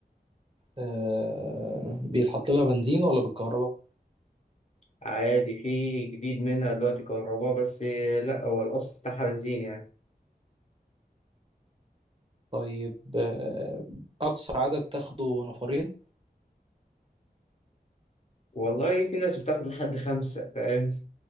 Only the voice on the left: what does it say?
عادي في جديد منها دلوقتي كهرباء بس لا هو الاصل بتاعها بنزين يعني
والله في ناس بتاخد لحد خمسة فاهم